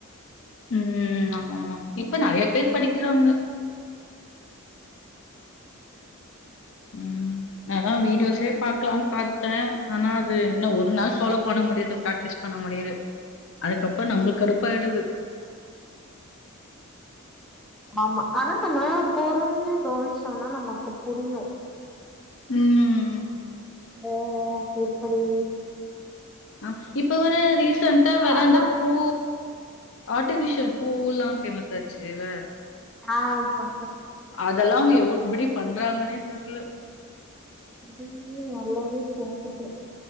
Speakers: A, on the left; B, in the centre.
A: உம் ஆமா ஆமா இப்ப நறைய பேர் படிக்கிறாங்க உம் நா அதா வீடியோஸ்லயே பாக்லான்னு பாத்தே ஆனா அது என்ன ஒரு நாள் ஃபாலோ பண்ண முடியுது பிரக்டிஸ் பண்ண முடியுது அதுக்கப்புற நம்மளுக்கு கடுப்பாயிடுது
B: ஆமா ஆனா நம்ம பொறுமைய கவுனிச்சோனா நமக்கு புரியு
A: உம்
B: ஓ எப்படி
A: ஆ இப்ப வேற ரீசண்டா வேற
B: ஆனா
A: அந்த பூ ஆர்டிஃபிஷியல் பூல்லாம் ஃபேமஸ் ஆச்சுல்ல
B: ஆஹ்ப்ப
A: அதெல்லா அவுங் எவ் எப்டி பண்றாங்கன்னே தெர்ல
B: அது நல்லாவே போகுது